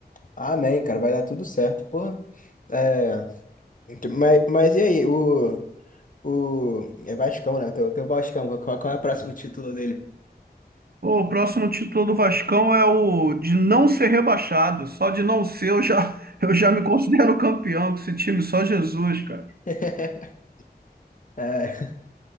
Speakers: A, on the left (about 50°); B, on the right (about 65°).
A: Amém, cara. Vai dar tudo certo. Pô, é... então, Mas, mas e aí? O, o... É Vascão, né? O teu, teu Vascão. Qual, qual é o próximo título dele?
B: O próximo título do Vascão é o de não ser rebaixado. Só de não ser, eu já, <laughs> eu já me considero campeão com esse time, só Jesus, cara.
A: <laughs> É.